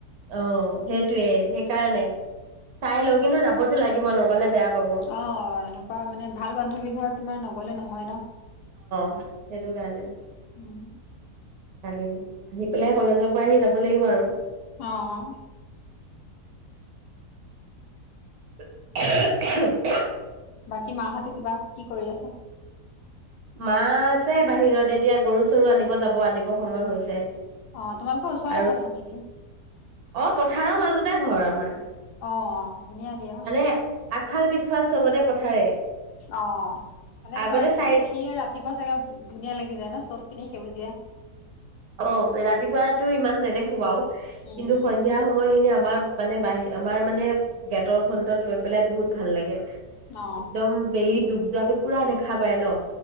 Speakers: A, on the right (about 70°); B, on the left (about 80°).
A: অ' সেইটোয়ে, সেইকাৰণে চাই লওঁ কিন্তু যাবতো লাগিব নগ'লে বেয়া পাব
B: অ' এনেকুৱা মানে ভাল বান্ধৱী ঘৰত তোমাৰ নগলে নহয় ন'।
A: উমঁ' সেইটো কাৰণে।
B: উমঁ'।
A: কালি, আহি পেলাই কলেজৰ পৰা আহি যাব লাগিব আৰু।
B: অঁ অঁ।
A: <unintelligible>
B: বাকী মাহঁতে কিবা কি কৰি আছে?
A: মা আছে বাহিৰত, এতিয়া গৰু চৰু আনিব যাব আনিব সময় হৈছে।
B: অহ' তোমাৰোক ওচৰতে
A: আৰু
B: পথাৰ নে কি?
A: অ' পথাৰৰ মাজতে ঘৰ আমাৰ
B: অ অ', ধুনীয়া দিয়া
A: মানে- আগফাল পিছফাল চবতে পথাৰে।
B: অঁ' মানে
A: আগতে
B: তোমাৰ
A: চাই
B: উঠিয়ে ৰাতি ৰাতিপুৱা চাগৈ ধুনীয়া লাগি যায় ন' চবপিনে সেউজীয়া।
A: অঁ' ৰাতিপুৱাই তো ইমান নেদেখো বাৰু
B: উম
A: কিন্তু
B: উম।
A: স সন্ধিয়া সময়খিনি আমাৰ মানে বাহি আমাৰ মানে গেটৰ ফ্ৰন্টত ৰৈ পেলাই বহুত ভাল লাগে।
B: অ
A: একদম বেলি ডুব যোৱাাতটো পুৰা দেখা পায় ন'